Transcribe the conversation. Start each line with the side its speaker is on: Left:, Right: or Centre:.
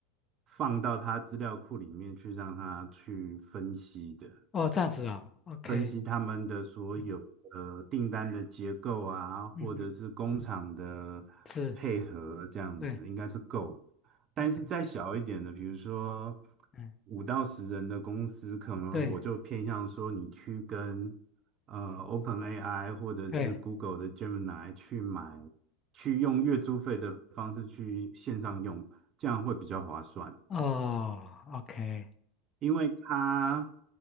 Right: 放到他资料库里面去让他去分析的。
Left: 哦，这样子啊 o k
Right: 分析他们的所有的订单的结构啊，
Left: 嗯
Right: 或者是工厂的配合，
Left: 嗯嗯，是，
Right: 这样子应该是够的。
Left: 对
Right: 但是再小一点的，
Left: ，OK，
Right: 比如说
Left: 嗯，
Right: 五到十人的公司，可能我就偏向说你去跟
Left: 对
Right: 呃 OpenAI 或者是
Left: 对，
Right: Google 的 Gemini 去买，去用月租费的方式去线上用，这样会比较划算。
Left: 哦，OK，
Right: 因为他